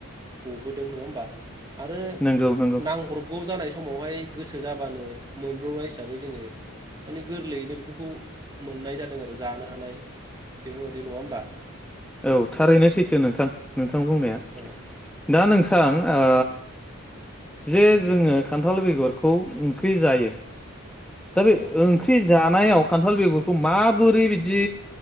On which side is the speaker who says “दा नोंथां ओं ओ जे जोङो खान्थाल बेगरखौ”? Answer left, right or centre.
Centre